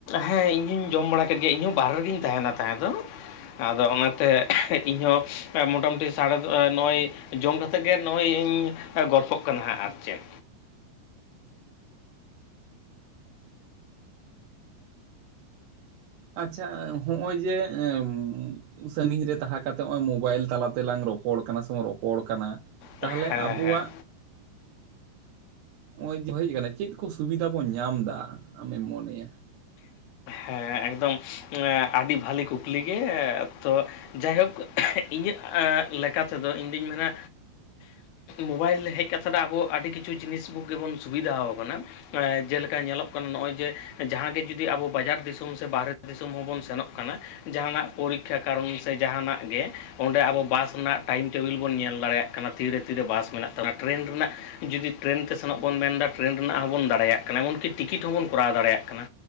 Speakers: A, on the left; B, on the right.
A: ᱦᱮᱸ ᱤᱧ ᱦᱚᱸᱧ ᱡᱚᱢ ᱵᱟᱲᱟ ᱠᱮᱫ ᱜᱮ ᱤᱧᱦᱚᱸ ᱵᱟᱨᱦᱨᱮ ᱨᱮᱜᱮᱧ ᱛᱟᱦᱮᱱᱟ ᱛᱟᱦᱮᱸ ᱫᱚ᱾ ᱟᱫᱚ ᱚᱱᱟᱛᱮ ᱤᱧ ᱦᱚᱸ ᱢᱚᱴᱟᱢᱩᱴᱤ ᱥᱟᱲᱮ ᱫᱚ ᱱᱚᱼᱚᱭ ᱡᱚᱢ ᱠᱟᱛᱮ ᱜᱮ ᱱᱚᱼᱚᱭ ᱤᱧ ᱮ ᱜᱚᱞᱯᱷᱚᱜ ᱠᱟᱱᱟ ᱦᱟᱸᱜ ᱟᱨ ᱪᱮᱫ᱾
B: ᱟᱪᱪᱷᱟ ᱦᱚᱜᱼᱚᱭ ᱡᱮ ᱮᱢ ᱥᱟᱺᱜᱤᱧ ᱨᱮ ᱛᱟᱦᱮᱸ ᱠᱟᱛᱮᱫ ᱱᱚᱼᱚᱭ ᱢᱳᱵᱟᱭᱤᱞ ᱛᱟᱞᱟᱛᱮᱞᱟᱝ ᱨᱚᱯᱚᱲ ᱠᱟᱱᱟ ᱥᱚᱢᱚ ᱨᱚᱯᱚᱲ ᱠᱟᱱᱟ᱾ ᱛᱟᱦᱚᱞᱮ
A: ᱦᱮᱸ
B: ᱟᱵᱚᱣᱟᱜ
A: ᱦᱮᱸ
B: ᱚᱭ ᱡᱮ ᱦᱮᱡ ᱟᱠᱟᱱᱟ ᱪᱮᱫ ᱠᱚ ᱥᱩᱵᱤᱫᱟ ᱵᱚᱱ ᱧᱟᱢ ᱫᱟ ᱟᱢᱮᱢ ᱢᱚᱱᱮᱭᱟ?
A: ᱦᱮᱸᱻ ᱮᱠᱫᱚᱢ ᱮᱸ ᱟᱹᱰᱤ ᱵᱷᱟᱹᱞᱤ ᱠᱩᱠᱞᱤ ᱜᱮ ᱛᱚ ᱡᱟᱭᱦᱳᱠ ᱤᱧᱟᱹᱜ ᱮᱸ ᱞᱮᱠᱟ ᱛᱮᱫᱚ ᱤᱧᱫᱩᱧ ᱢᱮᱱᱟ ᱢᱳᱵᱟᱭᱤᱞ ᱦᱮᱡ ᱠᱟᱛᱮ ᱫᱚ ᱟᱵᱚ ᱟᱹᱰᱤ ᱠᱤᱪᱷᱩ ᱡᱤᱱᱤᱥ ᱠᱚ ᱜᱮ ᱵᱚᱱ ᱥᱩᱵᱤᱫᱟᱣ ᱟᱠᱟᱱᱟ᱾ ᱡᱮᱞᱮᱠᱟ ᱧᱮᱞᱚᱜ ᱠᱟᱱᱟ ᱱᱚᱜᱼᱚᱭ ᱡᱮ ᱡᱟᱦᱟᱸ ᱜᱮ ᱡᱩᱫᱤ ᱟᱵᱚ ᱵᱟᱡᱟᱨ ᱫᱤᱥᱚᱢ ᱥᱮ ᱵᱟᱦᱨᱮ ᱫᱤᱥᱚᱢ ᱦᱚᱸ ᱵᱚᱱ ᱥᱮᱱᱚᱜ ᱠᱟᱱᱟ, ᱡᱟᱦᱟᱸᱱᱟᱜ ᱯᱚᱨᱤᱠᱷᱟ ᱠᱟᱨᱚᱱ ᱥᱮ ᱡᱟᱦᱟᱸᱱᱟᱜ ᱜᱮ, ᱚᱸᱰᱮ ᱟᱵᱚ ᱵᱟᱥ ᱨᱮᱱᱟᱜ ᱴᱟᱭᱤᱢ ᱴᱮᱵᱤᱞ ᱵᱚᱱ ᱧᱮᱞ ᱫᱟᱲᱮᱭᱟᱜ ᱠᱟᱱᱟ᱾ ᱛᱤᱨᱮ ᱛᱤᱨᱮ ᱵᱟᱥ ᱢᱮᱱᱟᱜ ᱛᱟᱵᱚᱱᱟ ᱴᱨᱮᱱ ᱨᱮᱱᱟᱜ ᱡᱩᱫᱤ ᱴᱨᱮᱱ ᱛᱮ ᱥᱮᱱᱚᱜ ᱵᱚᱱ ᱢᱮᱱᱫᱟ ᱴᱨᱮᱱ ᱨᱮᱱᱟᱜ ᱦᱚᱸ ᱵᱚᱱ ᱫᱟᱲᱮᱭᱟᱜ ᱠᱟᱱᱟ ᱮᱢᱚᱱᱠᱤ ᱴᱤᱠᱤᱴ ᱦᱚᱸ ᱵᱚᱱ ᱠᱚᱨᱟᱣ ᱫᱟᱲᱮᱭᱟᱜ ᱠᱟᱱᱟ᱾